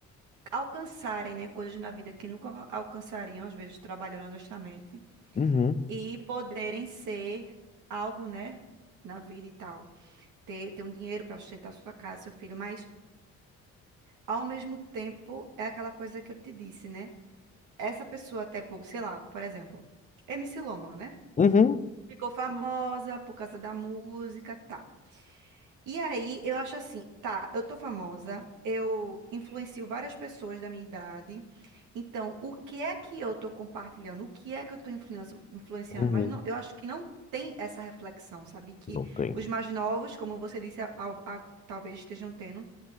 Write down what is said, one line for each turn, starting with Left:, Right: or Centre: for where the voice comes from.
Right: alcançarem, né, coisas na vida que nunca alcançariam, às vezes trabalhando honestamente.
Left: Uhum.
Right: e poderem ser algo, né, na vida e tal. Ter, ter um dinheiro para sustentar sua casa, seu filho, mas ao mesmo tempo é aquela coisa que eu te disse, né? Essa pessoa, até, por- sei lá, por exemplo, MC Loma, né?
Left: Uhum.
Right: Ficou famosa por causa da música, tal. E aí, eu acho assim, tá, eu tô famosa, eu influencio várias pessoas da minha idade. Então, o que é que eu tô compartilhando? O que é que eu tô influenci- influenciando?
Left: Uhum.
Right: Mas não, eu acho que não tem essa reflexão, sabe? Que
Left: Não tem.
Right: os mais novos, como você disse, a- a- a- talvez estejam tendo,